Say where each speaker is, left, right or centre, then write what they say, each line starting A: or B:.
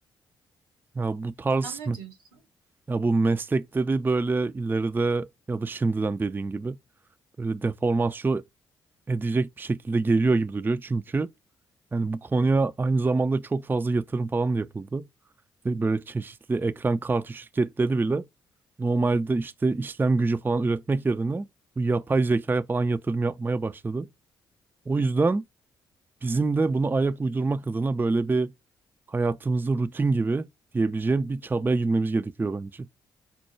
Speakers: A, on the right (about 15°); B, on the right (about 80°).
A: Ya bu tarz
B: Sen ne
A: mı?
B: diyorsun?
A: Ya bu meslekleri böyle ileride ya da şimdiden dediğin gibi böyle deformasyon edecek bir şekilde geliyor gibi duruyor. Çünkü yani bu konuya aynı zamanda çok fazla yatırım falan da yapıldı. İşte böyle çeşitli ekran kartı şirketleri bile normalde işte işlem gücü falan üretmek yerine bu yapay zekaya falan yatırım yapmaya başladı. O yüzden bizim de buna ayak uydurmak adına böyle bir hayatımızda rutin gibi diyebileceğim bir çabaya girmemiz gerekiyor bence.